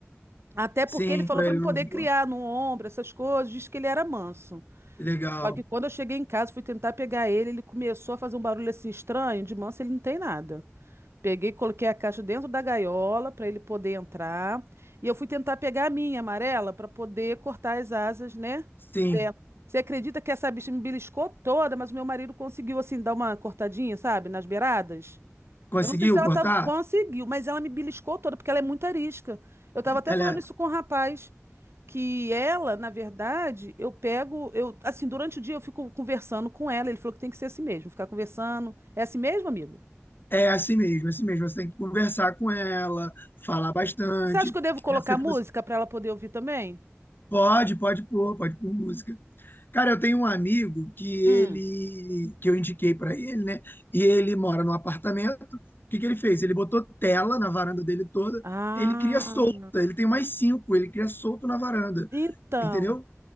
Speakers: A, on the right; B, on the left.
A: Até
B: Sim,
A: porque ele falou
B: para
A: pra
B: ele
A: me poder
B: não. voar.
A: criar no ombro, essas coisas, disse que ele era manso.
B: Legal.
A: Só que quando eu cheguei em casa, fui tentar pegar ele, ele começou a fazer um barulho assim estranho, de manso ele não tem nada. Peguei, coloquei a caixa dentro da gaiola para ele poder entrar. E eu fui tentar pegar a minha amarela para poder cortar as asas, né?
B: Sim.
A: Dela. Você acredita que essa bicha me beliscou toda, mas o meu marido conseguiu, assim, dar uma cortadinha, sabe? Nas beiradas.
B: Conseguiu
A: Eu não sei se ela
B: cortar?
A: tava... conseguiu, mas ela me beliscou toda, porque ela é muito arisca. Eu tava até
B: Ela
A: falando isso com o rapaz, que ela, na verdade, eu pego, eu, assim, durante o dia eu fico conversando com ela. Ele falou que tem que ser assim mesmo, ficar conversando. É assim mesmo, amigo?
B: é, é assim mesmo, é assim mesmo. Você tem que conversar com ela, falar bastante.
A: Você acha que eu devo colocar
B: Essa que
A: música
B: você
A: para ela poder ouvir também?
B: pode, pode pôr, pode pôr música. Cara, eu tenho um amigo que
A: Hum,
B: ele que eu indiquei para ele, né? E ele mora num apartamento. O que que ele fez? Ele botou tela na varanda dele toda.
A: Ah,
B: Ele cria solta. Ele tem mais cinco. Ele cria solto na varanda,
A: então.
B: entendeu?